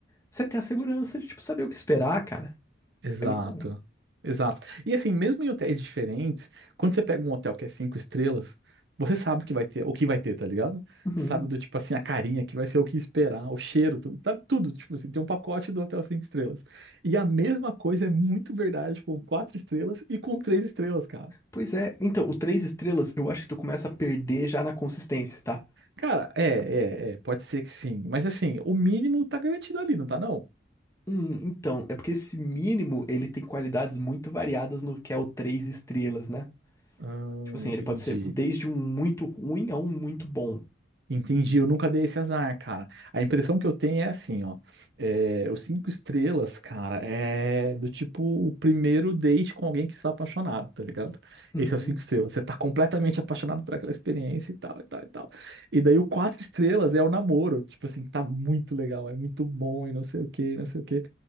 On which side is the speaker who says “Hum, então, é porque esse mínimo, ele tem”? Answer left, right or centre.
Left